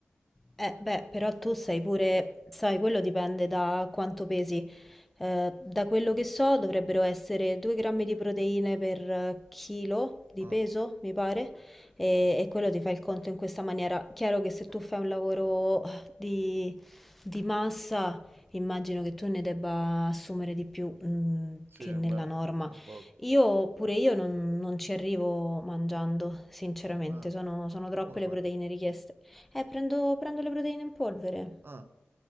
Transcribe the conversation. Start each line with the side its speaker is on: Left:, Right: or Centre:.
Centre: Eh, beh, però tu sei pure, sai, quello dipende da quanto pesi. Eh, da quello che so, dovrebbero essere 2 grammi di proteine per eh, chilo di
Right: Ah,
Centre: peso, mi pare, e, e quello ti fa il conto in questa maniera. Chiaro che se tu fai un lavoro di, di massa, immagino che tu ne debba assumere di più, mm,
Right: sì,
Centre: che nella
Right: beh,
Centre: norma.
Right: sì, un botto.
Centre: Io pure io non, non ci arrivo mangiando, sinceramente,
Right: Ah,
Centre: sono sono troppe
Right: come fai?
Centre: le proteine richieste. Eh, prendo, prendo le proteine in polvere.
Right: Ah,